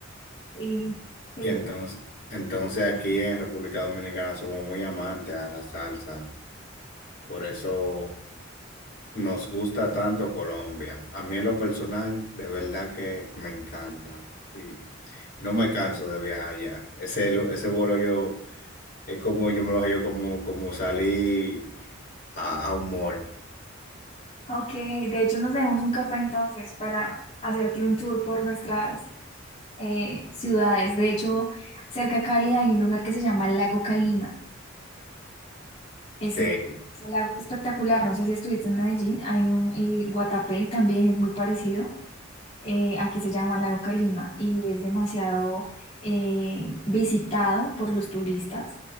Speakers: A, on the left (about 35°); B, on the left (about 50°).
A: Sí, sí.
B: Y entonces, entonces aquí en República Dominicana somos muy amantes a la salsa. Por eso. Nos gusta tanto Colombia. A mí en lo personal, de verdad que me encanta. Y no me canso de viajar allá. Ese, lu- ese vuelo yo, es como yo me lo hallo como, como salí a, a un mall.
A: Ok, de hecho nos debemos un café entonces para hacerte un tour por nuestras eh, ciudades. De hecho, cerca a Cali hay un lugar que se llama Lago Calima. Ese,
B: Sí,
A: ese lago es espectacular, no sé si estuviste en Medellín, hay un, el Guatapé también es muy parecido. eh, aquí se llama Lago Calima y es demasiado eh, visitado por los turistas